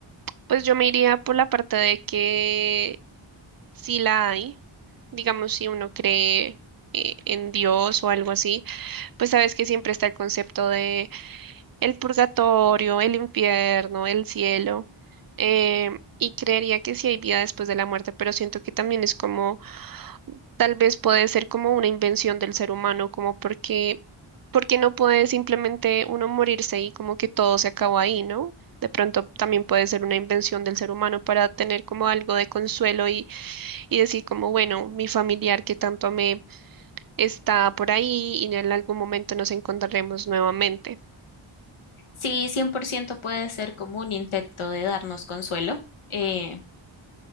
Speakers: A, on the right; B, on the left.
A: pues yo me iría por la parte de que si la hay, digamos si uno cree eh, en Dios o algo así, pues sabes que siempre está el concepto de el purgatorio, el infierno, el cielo, em, y creería que sí hay vida después de la muerte, pero siento que también es como, tal vez puede ser como una invención del ser humano, como porque, porque no puede simplemente uno morirse y como que todo se acabó ahí, ¿no? De pronto también puede ser una invención del ser humano para tener como algo de consuelo y, y decir como, bueno, mi familiar que tanto amé está por ahí y en algún momento nos encontraremos nuevamente.
B: Sí, 100% puede ser como un intento de darnos consuelo, eh,